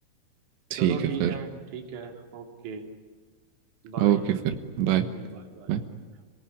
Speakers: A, on the right (about 85°); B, on the right (about 50°).
A: ठीक
B: चलो
A: है
B: ठीक
A: फिर
B: है ठीक है Okay Bye
A: ओके फिर बाय
B: Bye bye
A: बाय।
B: bye